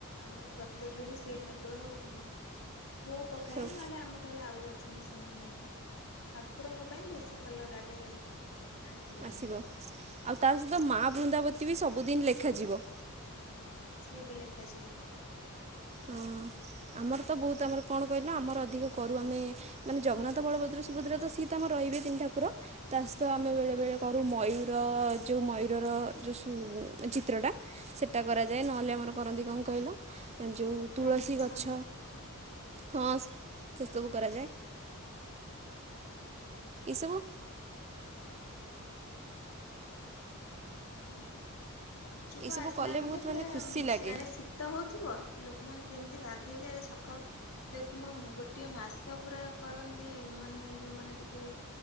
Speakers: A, on the left (about 70°); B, on the right (about 30°).
A: ଆମର ପ୍ରତ୍ୟେକ୍ ଦିନ ସେଇ ଠାକୁର ଉଁ ବୋଉ ପକାଏ
B: ହଉ
A: ନହେଲେ ଆମ ଘରେ ଆଉ ଅଛନ୍ତି ସେମାନେ ବି ପକାନ୍ତି, କିନ୍ତୁ ଠାକୁରଙ୍କ ପାଇଁ ବେଶୀ କଲର୍ ଆଗେ ଆଣିଥିଲୁ
B: ଆସିବ।
A: ଆମେ
B: ଆଉ ତା ସହିତ ମା ବୃନ୍ଦାବତୀ ବି ସବୁଦିନ୍ ଲେଖାଯିବ।
A: ହଁ। ସିଏ ବି ଲେଖାଯିବ।
B: ହଁ, ଆମର ତ ବହୁତ୍ ଆମର କଣ କହିଲ ଆମର ଅଧିକ କରୁ ଆମେ ମାନେ ଜଗନ୍ନାଥ, ବଳଭଦ୍ର, ସୁଭଦ୍ରା ତ ସିଏ ତ ଆମ ରହିବେ ତିନି ଠାକୁର ତା ସହିତ ଆମେ ବେଳେବେଳେ କରୁ ମୟୂର ଯୋଉ ମୟୂରର ଯୋଉ ସୁ ଚିତ୍ରଟା ସେଟା
A: ହୁଁ
B: କରାଯାଏ ନହେଲେ ଆମର କରନ୍ତି କଣ କହିଲ, ଯୋଉ
A: ଶଙ୍ଖ
B: ତୁଳସୀ ଗ
A: ଶଙ୍ଖ
B: ଛ। ହଁ। ସେ ସବୁ କରାଯାଏ। ଏସବୁ
A: ହୁଁ। ପଞ୍ଚୁକ
B: ଏଇସବୁ
A: ଆସିଲା
B: କଲେ
A: ମାନେ
B: ବହୁତ
A: ପୁରା
B: ଖୁସି ଲାଗେ
A: ସିଆଡ଼େ ଶୀ ତ ହଉଥିବ। ଲୋକମାନେ କେମ୍ତି ଗାଧେଇକି ଆଗେ ସକାଳୁ ଦେଖୁନ, ମୁଁ ଗୋଟିଏ ମାସ ପୁରା କରନ୍ତି ମାନେ ଯୋଉମାନେ ଟିକେ